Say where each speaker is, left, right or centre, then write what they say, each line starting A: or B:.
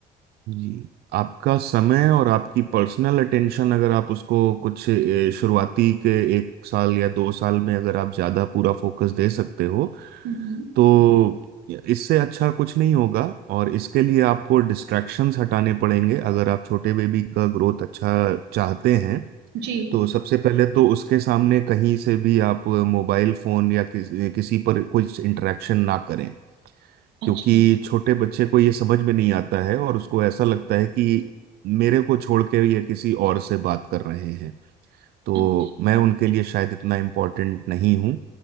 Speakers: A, on the right; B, on the right.
A: जी आपका समय और आपकी पर्सनल अटेंशन अगर आप उसको कुछ ए, शुरुआती के एक साल या दो साल में अगर आप ज़्यादा पूरा फोकस दे सकते हो
B: हम्म,
A: तो इससे अच्छा कुछ नहीं होगा और इसके लिए आपको डिस्ट्रैक्शंस हटाने पड़ेंगे अगर आप छोटे बेबी का ग्रोथ अच्छा चाहते हैं
B: जी
A: तो सबसे पहले तो उसके सामने कहीं से भी आप मोबाइल फोन या किस, किसी पर कुछ इंटरेक्शन ना करें
B: अच्छा
A: क्योंकि छोटे बच्चे को ये समझ में नहीं आता है और उसको ऐसा लगता है कि मेरे को छोड़ के ये किसी और से बात कर रहे हैं तो
B: अच्छा
A: मैं उनके लिए शायद इतना इम्पोर्टेंट नहीं हूँ